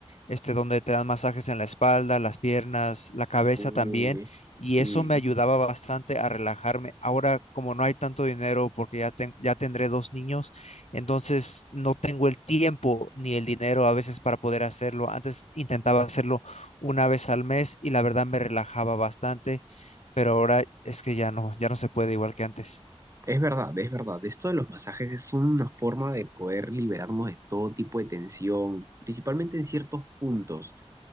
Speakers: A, on the left; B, on the right.
A: este, donde te dan masajes en la espalda, las piernas, la cabeza
B: Uy,
A: también, y
B: sí.
A: eso me ayudaba bastante a relajarme. Ahora, como no hay tanto dinero, porque ya, ten- ya tendré dos niños, entonces no tengo el tiempo ni el dinero a veces para poder hacerlo. Antes intentaba hacerlo una vez al mes y la verdad me relajaba bastante, pero ahora es que ya no, ya no se puede igual que antes.
B: Es verdad, es verdad. Esto de los masajes es una forma de poder liberarnos de todo tipo de tensión, principalmente en ciertos puntos.